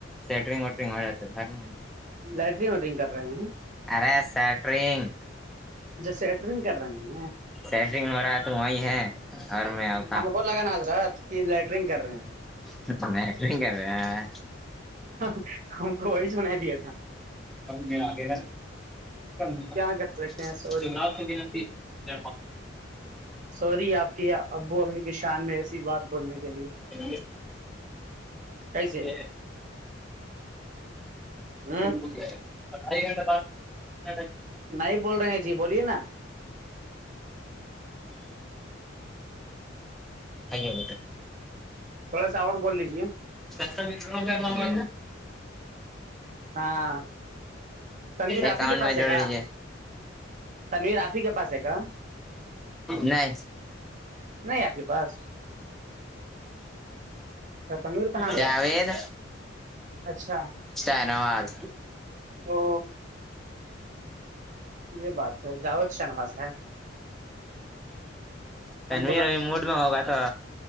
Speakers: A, in the centre; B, on the right (about 40°).
A: سیٹرنگ وٹرنگ ہو رہا گھر میں
B: لائٹری وٹرنگ کر رہے ہیں
A: ارے سٹرینگ
B: جیسے لیٹرنگ کر رہے ہیں
A: سیٹنگ ہو رہا ہے تو وہی ہے گھر میں اور
B: ہم کو لگا نا حضرت کہ لیٹرنگ کر رہے ہیں
A: کہ نہیں نہیں کر رہے
B: ہ ہم کوئی سناائی دیا تھا
A: م آ گ ہےا
B: کیا کر سکتے ہیں سوری
A: جملہات کب بھی ج
B: سوری آپ کے ابو امی کی شان میں ایسی بات بولنے کے لیے
A: ار
B: کیسے
A: یہ
B: ہ
A: ب
B: نہیں بول رہے ہیں جی بولیے نا
A: آ ہو
B: تھوڑا ساوور بولجیے
A: کسا مٹ رہ گ ب م
B: ہاں تنویر
A: اکاؤنٹ
B: آپ ہی کے پاس
A: میں
B: ہے
A: جوڑ
B: کا
A: لیجے
B: تنویر آپ ہی کے پاس ہے کا
A: نہیں
B: نہیں آپ کے پاس تنویر کہاں گیا
A: ج وید
B: اچھا
A: دن واد
B: تو یہ بات ہے جاوید شنواز ہے
A: تنویر
B: ہم
A: اب موڈ میں ہوگا تھا